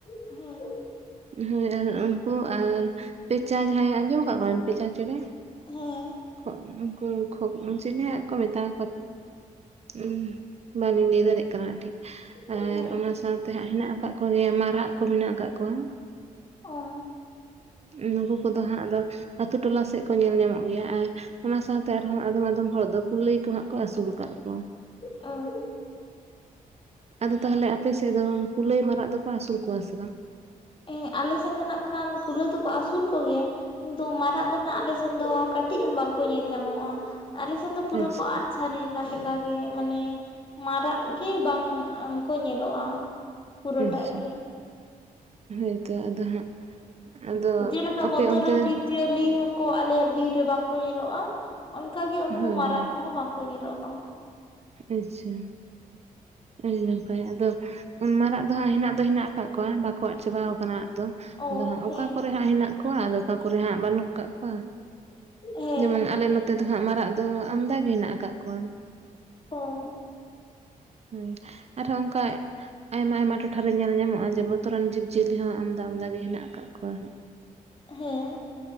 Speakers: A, on the left (about 35°); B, on the right (about 45°).
A: ᱦᱮᱸ
B: ᱦᱳᱭ ᱟᱨ ᱩᱱᱠᱩ ᱟᱨ ᱯᱮᱪᱟ ᱡᱟᱦᱟᱸᱟᱭ ᱟᱸᱡᱚᱢ ᱟᱠᱟᱫ ᱵᱮᱱ ᱯᱮᱪᱟ ᱪᱮᱬᱮ?
A: ᱦᱮᱸ᱾
B: ᱠᱷᱚᱜ ᱩᱱᱠᱩ ᱠᱷᱩᱜ ᱩᱱᱠᱚ ᱪᱤᱞᱤ ᱦᱟᱸᱜ ᱠᱚ ᱢᱮᱛᱟ ᱟᱠᱚᱣᱟ᱾ ᱩᱸ ᱵᱟᱹᱞᱤᱧ ᱞᱟᱹᱭ ᱫᱟᱲᱮᱭᱟᱜ ᱠᱟᱱᱟ ᱴᱷᱤᱠ᱾
A: ᱦᱮᱸ
B: ᱟᱨ
A: ᱦᱮᱸ
B: ᱚᱱᱟ ᱥᱟᱶᱛᱮ ᱦᱟᱸᱜ ᱦᱮᱱᱟᱜ ᱟᱠᱟᱫ ᱠᱚᱜᱮᱭᱟ ᱢᱟᱨᱟᱜ ᱠᱚ ᱢᱮᱱᱟᱜ ᱟᱠᱟᱫ ᱠᱚᱣᱟ᱾
A: ᱚ
B: ᱱᱩᱠᱩ ᱠᱚᱫᱚ ᱦᱟᱸᱜ ᱫᱚ ᱟᱛᱳ ᱴᱚᱞᱟ ᱥᱮᱫ ᱠᱚ ᱧᱮᱞ ᱧᱟᱢᱚᱜ ᱜᱮᱭᱟ᱾ ᱟᱨ ᱚᱱᱟ ᱥᱟᱶᱛᱮ ᱟᱨᱦᱚᱸ ᱟᱫᱚᱢ ᱟᱫᱚᱢ ᱦᱚᱲ ᱫᱚ ᱠᱩᱞᱟᱹᱭ ᱠᱚᱦᱟᱸᱜ ᱠᱚ ᱟᱹᱥᱩᱞ ᱟᱠᱟᱫ ᱠᱚᱣᱟ
A: ᱚ
B: ᱟᱫᱚ ᱛᱟᱦᱚᱞᱮ ᱟᱯᱮ ᱥᱮᱫ ᱫᱚ ᱠᱩᱞᱟᱹᱭ ᱢᱟᱨᱟᱜ ᱫᱚᱠᱚ ᱟᱥᱩᱞ ᱠᱚᱣᱟ ᱥᱮ ᱵᱟᱝ?
A: ᱮ ᱟᱞᱮ ᱥᱮᱱ ᱫᱚ ᱱᱟᱜ ᱠᱷᱟᱱ ᱠᱩᱞᱟᱹᱭ ᱫᱚᱠᱚ ᱟᱥᱩᱞ ᱠᱚ ᱜᱮᱭᱟ᱾ ᱠᱤᱱᱛᱩ ᱢᱟᱨᱟᱜ ᱫᱚ ᱱᱟᱜ ᱟᱞᱮ ᱥᱮᱱ ᱫᱚ ᱠᱟᱹᱴᱤᱡ ᱦᱚᱸ ᱵᱟᱝᱠᱚ ᱧᱮᱞ ᱧᱟᱢᱚᱜᱼᱟ᱾ ᱟᱞᱮ ᱥᱮᱱᱫᱚ ᱯᱩᱨᱟᱹᱠᱚ
B: ᱟᱪᱪᱷᱟ
A: ᱟᱫ ᱥᱟᱹᱨᱤ ᱟᱠᱟᱱ ᱞᱮᱠᱟ᱾ ᱚᱱᱠᱟ ᱜᱮ ᱢᱟᱱᱮ ᱢᱟᱨᱟᱜ ᱜᱮ ᱵᱟᱝ ᱠᱚ ᱧᱮᱞᱚᱜᱼᱟ᱾ ᱯᱩᱨᱟᱹᱴᱟᱜ
B: ᱟᱪᱪᱷᱟ,
A: ᱜᱮ
B: ᱦᱳᱭᱛᱚ ᱟᱫᱚ ᱦᱟᱸᱜ ᱟᱫᱚ,
A: ᱡᱮᱞᱮᱠᱟ
B: ᱟᱯᱮ
A: ᱵᱚᱛᱚᱨᱟᱱ
B: ᱚᱱᱛᱮ
A: ᱡᱤᱵᱽ ᱡᱤᱭᱟᱹᱞᱤ ᱦᱚᱸᱠᱚ ᱟᱞᱮᱭᱟᱜ ᱵᱤᱨ ᱨᱮ ᱵᱟᱝ ᱠᱚ ᱧᱮᱞᱚᱜᱼᱟ, ᱚᱱᱠᱟ ᱜᱮ ᱩᱱᱠᱩ
B: ᱦᱳᱭ
A: ᱢᱟᱨᱟᱜ
B: ᱦᱳᱭ
A: ᱠᱚᱦᱚᱸ ᱵᱟᱝᱠᱚ ᱧᱮᱞᱚᱜᱼᱟ᱾ <inaudible>
B: ᱟᱪᱪᱷᱟ ᱟᱹᱰᱤ ᱱᱟᱯᱟᱭ ᱟᱫᱚ ᱢᱟᱨᱟᱜ ᱫᱚ ᱦᱟᱸᱜ ᱦᱮᱱᱟᱜ ᱫᱚ ᱦᱮᱱᱟᱜ ᱟᱠᱟᱫ ᱠᱚᱣᱟ ᱵᱟᱠᱚ ᱟᱫ ᱪᱟᱵᱟᱣ ᱠᱟᱱᱟ ᱟᱫ ᱫᱚ
A: ᱚ
B: ᱟᱫᱚ ᱦᱟᱸᱜ
A: ᱦᱮᱸ
B: ᱚᱠᱟ ᱠᱚᱨᱮ ᱦᱟᱸᱜ ᱦᱮᱱᱟᱜ ᱠᱚᱣᱟ ᱟᱫᱚ ᱚᱠᱟ ᱠᱚᱨᱮ ᱦᱟᱸᱜ ᱵᱟᱹᱱᱩᱜ ᱠᱟᱜ ᱠᱚᱣᱟ᱾
A: ᱦᱮᱸ
B: ᱡᱮᱢᱚᱱ ᱟᱞᱮ ᱱᱚᱛᱮ ᱫᱚ ᱦᱟᱸᱜ ᱢᱟᱨᱟᱜ ᱫᱚ ᱟᱢᱫᱟ ᱜᱮ ᱦᱮᱱᱟᱜ ᱟᱠᱟᱜ ᱠᱚᱣᱟ᱾
A: <unintelligible>
B: ᱦᱮᱸ ᱟᱨᱦᱚᱸ ᱚᱱᱠᱟ ᱟᱭᱢᱟ ᱟᱭᱢᱟ ᱴᱚᱴᱷᱟᱨᱮ ᱧᱮᱞ ᱧᱟᱢᱚᱜᱼᱟ ᱡᱮ ᱵᱚᱛᱚᱨᱟᱱ ᱡᱤᱵᱽ ᱡᱤᱭᱟᱹᱞᱤ ᱦᱚᱸ ᱟᱢᱫᱟ ᱟᱢᱫᱟ ᱜᱮ ᱦᱮᱱᱟᱜ ᱟᱠᱟᱫ ᱠᱚᱣᱟ᱾
A: ᱦᱮᱸ᱾